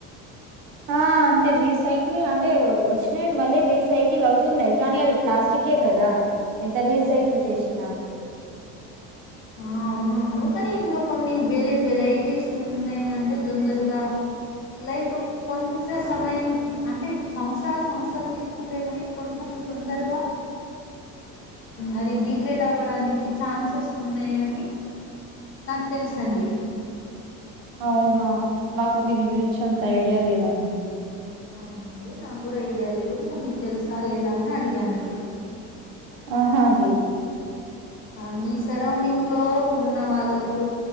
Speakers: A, on the right; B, on the left.
A: ఆ అంతే రీసైక్ కిల్‌ అంటే వచ్చినవి మళ్ళీ రీసైకిల్ అవుతున్నాయ్ కానీ అవి ప్లాస్టికే కదా ఎంత రీసైకిల్ చేసిన
B: ఓ అవునవును కానీ ఇందులో కొన్ని వేరే వెరైటీస్ ఉన్నాయి అంటే తొందరగా లైక్ కొంచె సమయం అంటే సంవత్సరాలు సంవత్సరాలు తీసుకుంటే కానీ కొంచెం తొందరగా అది డిగ్రేట్ అవు ప్పడానికి ఛాన్సెస్ ఉన్నయని నాకు తెలుసండి
A: అవునా నాకు దీని గురించి అంత ఐడియా లేదండి
B: అవునండి నాకు కూడా ఐడియా లేదు సో మీకు తెలుసా లేదా అని అడిగానండి
A: ఆహా లేదు
B: ఆ మీ సరౌండింగ్లో ఉన్న వాళ్ళకు